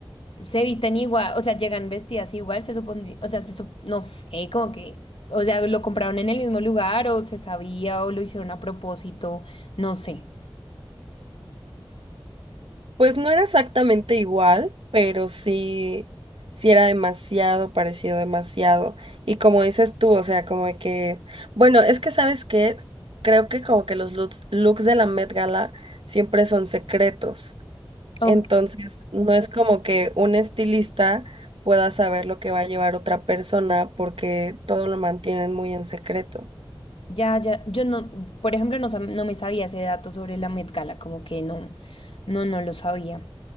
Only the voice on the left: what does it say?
se visten igual, o sea, llegan vestidas igual, se supone, o sea, se sup- no sé, como que, o sea, lo compraron en el mismo lugar o se sabía o lo hicieron a propósito, no sé.
Ok,
ya, ya, yo no, por ejemplo, no, sab- no me sabía ese dato sobre la Met Gala, como que no, no, no lo sabía.